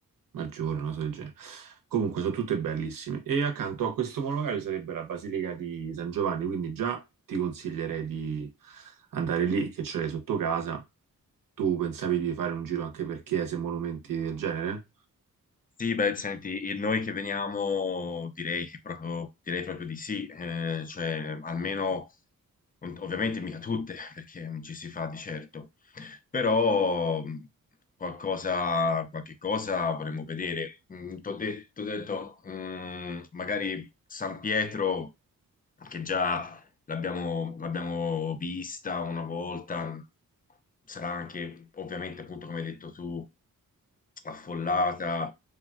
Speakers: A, on the right; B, on the left.
A: maggiore, una cosa del genere. Comunque sono tutte bellissime. E accanto a questo monologario sarebbe la Basilica di San Giovanni, quindi già ti consiglierei di andare lì, che ce l'hai sotto casa. Tu pensavi di fare un giro anche per chiese e monumenti del genere?
B: Sì, beh, senti, il- noi che veniamo direi che proprio, direi proprio di sì, eh, cioè almeno, ov- ovviamente mica tutte, perché non ci si fa di certo, però mh, qualcosa, qualche cosa vorremmo vedere. Ti ho detto, t'ho detto, mh, magari San Pietro, che già l'abbiamo l'abbiamo vista una volta, sarà anche ovviamente appunto come hai detto tu affollata